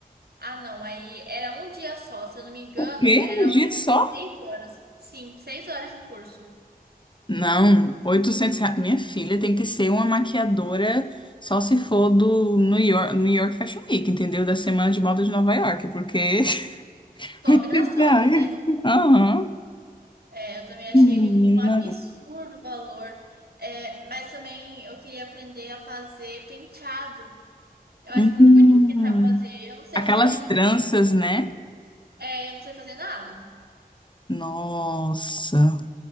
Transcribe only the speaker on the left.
O quê?
Um dia só?
Não, 800 reais. Minha filha tem que ser uma maquiadora só se for do New York, New York Fashion Week, entendeu? Da Semana de Moda de Nova York, porque...
<laughs> oitocentos
reais.
Aham.
Menina.
Hum.
Aquelas
tranças, né?
Nossa.